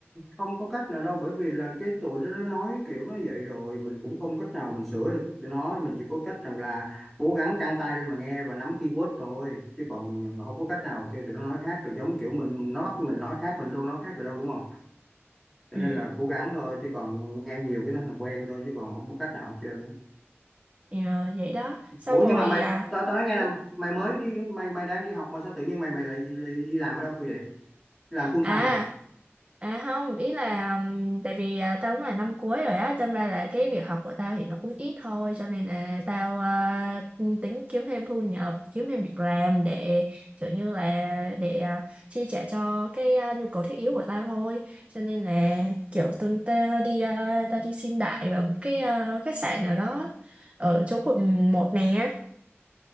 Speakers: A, in the centre; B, on the right.
A: không có cách nào đâu bởi vì là cái tụi nó nó nói kiểu nó vậy rồi mình cũng không cách nào mình sửa được tụi nó mình chỉ có cách rằng là cố gắng căng tai lên mà nghe và nắm keyword thôi chứ còn không có cách nào kêu tụi nó nói khác được giống kiểu mình nó bắt mình nói khác mình đâu nói khác được đâu đúng không cho
B: ừ.
A: nên là cố gắng thôi chứ còn nghe nhiều cái nó thành quen thôi chứ còn không có cách nào hết trơn
B: Ờ, vậy đó xong
A: ủa
B: rồi
A: nhưng mà mày
B: à,
A: tao tao nói nghe là
B: ừ.
A: mày mới đi mày mày đang đi học mà sao tự nhiên mày mày lại đi, đi làm ở đâu vậy làm full
B: à
A: time hả
B: à không ý là ừm, tại vì à, tao cũng là năm cuối rồi á cho nên là cái việc học của tao thì nó cũng ít thôi cho nên là tao à, tính kiếm thêm thu nhập kiếm thêm việc làm để kiểu như là để à, chi trả cho cái à, nhu cầu thiết yếu của tao thôi cho nên là kiểu tuần tao đi à, tao đi xin đại vào một cái à, khách sạn nào đó ở chỗ quận một nè